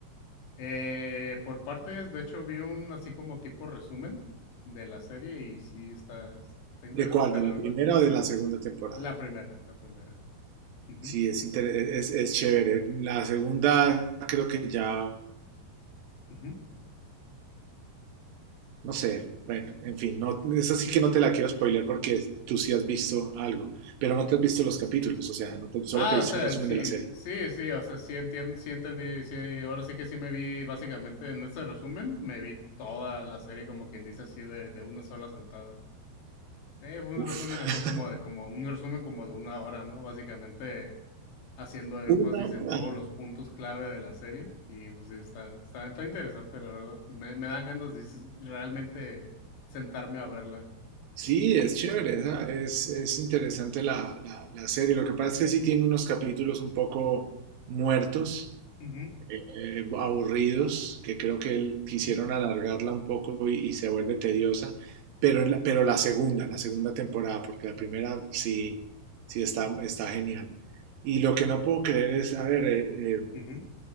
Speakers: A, on the left (about 80°); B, on the right (about 65°).
A: Eh, por partes, de hecho, vi un así como tipo resumen de la serie y sí está, está interesante,
B: ¿De cuál? ¿De
A: la
B: la
A: verdad.
B: primera o de la segunda temporada?
A: La primera, la primera. Ujú,
B: Sí, es, inter- es, es chévere. La segunda creo que ya,
A: ujú.
B: no sé, bueno, en fin, no, esa sí que no te la quiero spoiler porque tú sí has visto algo, pero no te has visto los capítulos, o sea, no te- solo
A: Ah,
B: te hice
A: o sea,
B: un resumen
A: sí,
B: de la serie.
A: sí, sí, o sea, sí entiendo, sí entendí, sí, ahora sí que sí me vi básicamente en ese resumen, me vi toda la serie como quien dice así de, de una sola sentada. Eh, fue
B: Uf.
A: un resumen así
B: <laughs>
A: como de, como un resumen como de una hora, ¿no? Básicamente haciendo énfasis
B: Una
A: en todos
B: hora.
A: los puntos clave de la serie. Y pues sí, está, está, está interesante, la verdad. Me, me dan ganas de s- realmente sentarme a verla.
B: Sí, es chévere, esa- es, es interesante la, la, la serie. Lo que pasa es que sí tiene unos capítulos un poco muertos,
A: Ujú,
B: eh, aburridos, que creo que el- quisieron
A: ujú,
B: alargarla un poco y, y se vuelve tediosa, pero, en la, pero la segunda, la segunda temporada, porque la primera sí, sí está, está genial. Y lo que no puedo creer es, a ver, eh, eh,
A: ujú,